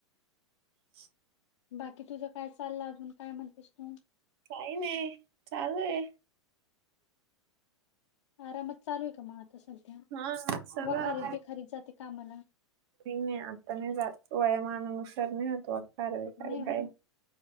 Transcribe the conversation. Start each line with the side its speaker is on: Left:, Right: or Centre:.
Right: <inaudible>
Left: बाकी तुझं काय चाललं अजून काय म्हणतेस तू
Right: काही नाही चालूय
Left: आरामात चालू आहे का मग आता सध्या
Right: हा सगळं
Left: खारीद बी खारीद जाते कामाला.
Right: नाही नाही आता नाही जा वयमान अनुसार नाही होतो अकारार वखार
Left: नाही होत
Right: बाय